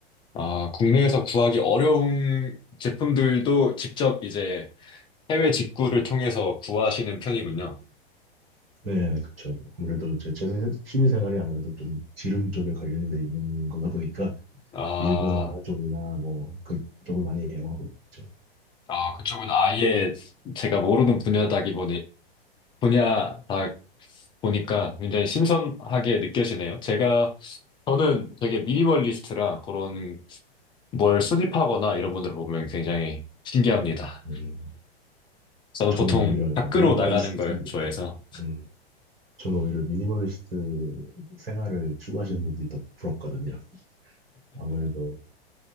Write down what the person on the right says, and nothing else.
네, 그쵸. 아무래도 제, 제 취미생활이 아무래도 좀 지름 쪽에 관련돼 있는 거다 보니까
일본 아마존이나 뭐 그쪽을 많이 이용하고 있죠.
음,
저는
오히려 약간
미니멀리스트,
음, 저는 오히려 미니멀리스트 생활을 추구하시는 분들이 더 부럽거든요. 아무래도